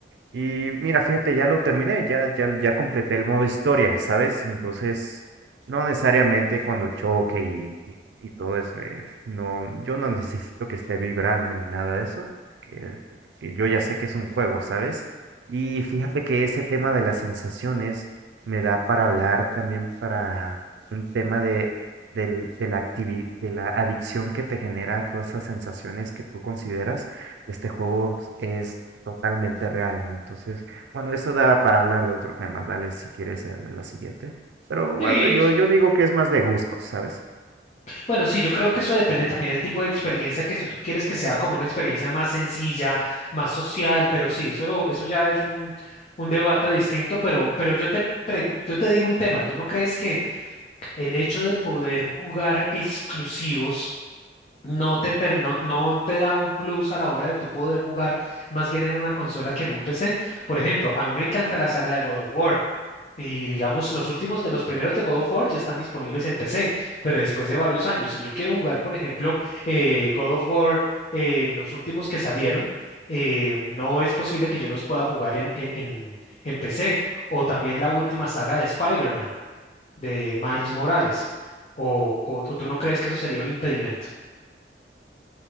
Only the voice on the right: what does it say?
Y mira, fíjate, ya lo terminé, ya, ya, ya completé el modo historia, ¿sabes? Entonces, no necesariamente cuando choque y, y- y todo eso, eh, no, yo no necesito que esté vibrando ni nada de eso, porque que yo ya sé que es un juego, ¿sabes? Y fíjate que ese tema de las sensaciones me da para hablar también para un tema de, del- de la activi- de la adicción que te genera todas esas sensaciones que tú consideras este juego es totalmente real, ¿no? Entonces, bueno, eso da para hablar de otro tema, dale si quieres en la siguiente. Pero bueno,
yo,
yo digo que es más de gustos, ¿sabes?